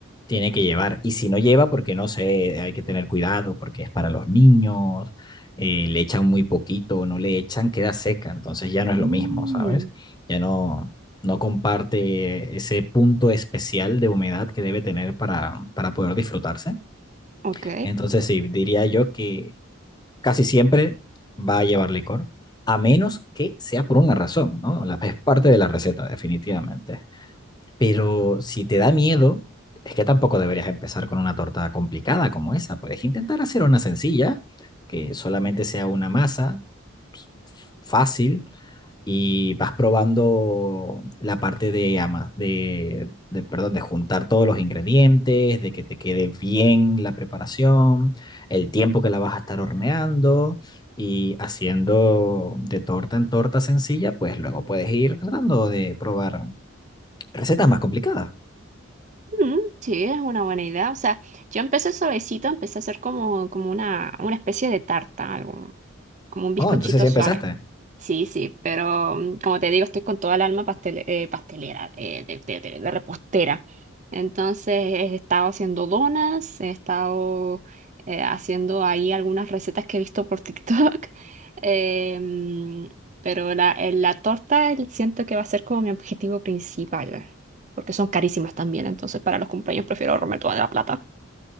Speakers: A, on the left; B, on the right.
A: tiene que llevar. Y si no lleva, porque no sé, hay que tener cuidado, porque es para los niños, eh, le echan muy poquito, o no le echan, queda seca, entonces ya no es
B: Mm,
A: lo mismo, ¿sabes? Ya no, no comparte ese punto especial de humedad que debe tener para, para poder disfrutarse.
B: ok.
A: Entonces sí, diría yo que casi siempre va a llevar licor, a menos que sea por una razón, ¿no? La, es parte de la receta, definitivamente. Pero si te da miedo, es que tampoco deberías empezar con una torta complicada como esa. Puedes intentar hacer una sencilla, que solamente sea una masa pues, fácil, y vas probando la parte de, ama- de, de, perdón, de juntar todos los ingredientes, de que te quede bien la preparación, el tiempo que la vas a estar horneando y haciendo de torta en torta sencilla, pues luego puedes ir tratando de probar recetas más complicadas.
B: Mm, sí, es una buena idea. O sea, yo empecé suavecito, empecé a hacer como, como una, una especie de tarta, algo, como un bizcochito
A: Oh, entonces ya
B: suave.
A: empezaste.
B: Sí, sí, pero mm, como te digo, estoy con toda el alma pastel- eh, pastelera, eh, de, de- de- de repostera. Entonces he estado haciendo donas, he estado eh, haciendo ahí algunas recetas que he visto por TikTok, <laughs> eh, mm, pero la, eh, la torta el- siento que va a ser como mi objetivo principal, porque son carísimas también, entonces para los cumpleaños prefiero ahorrarme toda la plata.